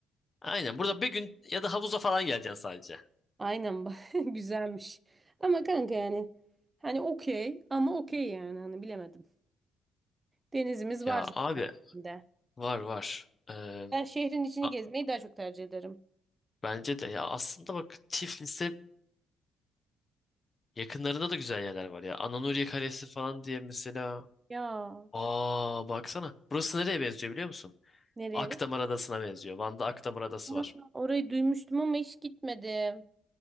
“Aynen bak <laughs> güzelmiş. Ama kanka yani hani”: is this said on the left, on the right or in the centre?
Right